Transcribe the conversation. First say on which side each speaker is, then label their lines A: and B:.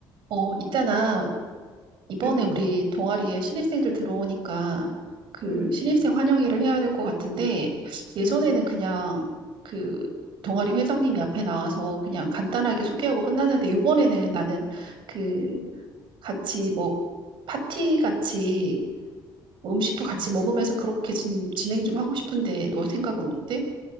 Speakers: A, on the right; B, on the right.
A: 어, 있잖아. 이번에
B: 응, 응,
A: 우리 동아리에 신입생들 들어오니까 그
B: 응.
A: 신입생 환영회를 해야 될 것 같은데 예전에는
B: 응.
A: 그냥 그 동아리 회장님이 앞에 나와서 그냥 간단하게 소개하고 끝났는데 이번에는 나는 그 같이 뭐 파티 같이 뭐 음식도 같이 먹으면서 그렇게 진, 진행 좀 하고 싶은데 너 생각은 어때?